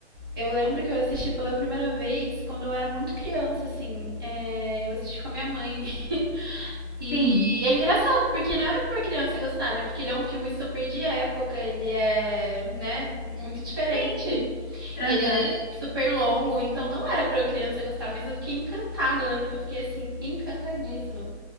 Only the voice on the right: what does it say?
Eu lembro que eu assisti pela primeira vez quando eu era muito criança, assim. É, eu assisti com a minha mãe. <laughs> E
é engraçado, porque não era pra uma criança gostar, né? Porque ele é um filme super de época, ele é, né, muito diferente.
E ele é super longo, então não era pra criança gostar, mas eu fiquei encantada. Eu lembro que eu fiquei, assim, encantadíssima.